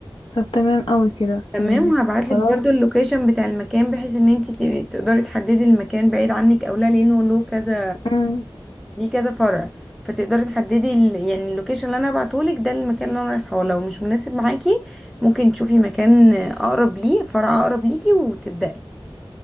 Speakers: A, on the left; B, in the centre.
A: طب تمام قوي كده
B: تمام
A: تمام
B: وهبعت
A: خلاص
B: لك برضو اللوكيشن بتاع المكان بحيث ان انت تبقي- تقدري تحددي المكان بعيد عنك او لا لانه له كذا
A: مم.
B: ليه كذا فرع فتقدري تحددي ال... يعني اللوكيشن اللي انا هبعته لك ده المكان اللي انا رايحه لو مش مناسب معاكي ممكن تشوفي مكان اقرب ليه فرع اقرب ليكي وتبداي